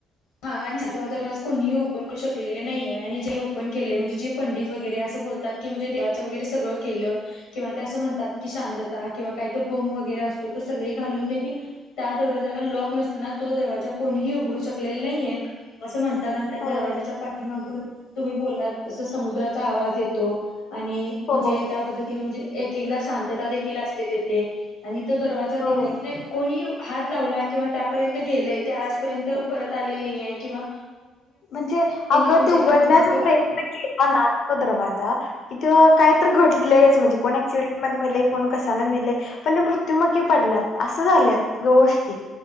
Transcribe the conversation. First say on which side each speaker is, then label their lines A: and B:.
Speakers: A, on the left (about 80°); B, on the left (about 60°).
A: हा आणि सातवा दरवाजा कोणीही ओपन करू शकलेलं नाही आहे, आणि ज्यांनी ओपन केले म्हणजे जे पंडित वगैरे असं बोलतात की म्हणजे देवाचं वगैरे सगळं केलं किंवा ते असं म्हणतात की शांतता किंवा कायतर होम वगैरे असतो तर सगळे घालून देखील त्या दरवाजाला लॉक नसतना तो दरवाजा कोणीही उघडू शकलेल नाहीये. असं म्हण तात आणि त्या
B: होय
A: दरवाज्याच्या पाठीमागून तुम्ही बोललात तसा समुद्राचा आवाज येतो. आणि म्हणजे
B: हो
A: त्या पद्धतीने म्हणजे एक एकदा शांतता देखील असते तेथे आणि तो दरवाजा
B: होय
A: देखील म्हणजे कोणी ही येउ हात लावला किंवा त्यापर्यंत गेलेय ते आजपर्यंत परत आलेले नाहीये. किंवा
B: म्हणजे अगं
A: म्हणजे
B: ते उघडण्याचा
A: आजपर्यंत
B: प्रयत्न केला ना तो दरवा जा तिथं काय तर घटलंयच म्हणजे कोणी <unintelligible> मध्येे मेले कोण कशानं मेले पण ते मृत्यूमखी पडल्यात असं झाल्यात गोष्टी.